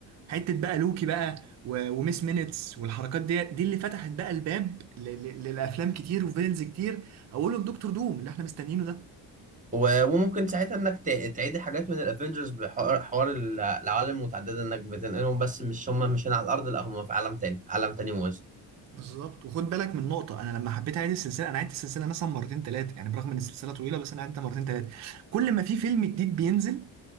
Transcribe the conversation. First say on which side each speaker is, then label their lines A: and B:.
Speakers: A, on the right; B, on the right.
A: حته بقى لوكي بقى و- وميس مينيتس والحركات دي دي اللي فتحت بقى الباب ل- ل- للافلام كتير وفيلنز كتير اولهم دكتور دوم اللي احنا مستنيينه ده
B: و- وممكن ساعتها انك ت- تعيد حاجات من الافنجرز بحوار حوار ال- العوالم المتعدده انك بتنقلهم بس مش هم مش هنا على الارض لا هم في عالم تاني عالم تاني موازي
A: بالظبط وخد بالك من نقطه انا لما حبيت اعيد السلسله انا عدت السلسله مثلا مرتين ثلاثه يعني برغم ان السلسله طويله بس انا عدتها مرتين ثلاثه كل ما في فيلم جديد بينزل